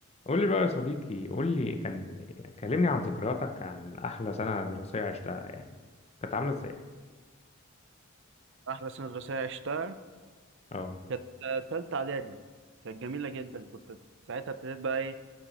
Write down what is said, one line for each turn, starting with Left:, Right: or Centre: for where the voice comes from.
Left: قول لي بقى يا صديقي قول لي كان كلمني عن ذكرياتك عن احلى سنة دراسية عشتها يعني كانت عاملة ازاي
Right: أحلى سنة دراسية عشتها
Left: اه
Right: كانت تالتة إعدادي كانت جميلة جدا كنت ساعتها ابتديت بقى إيه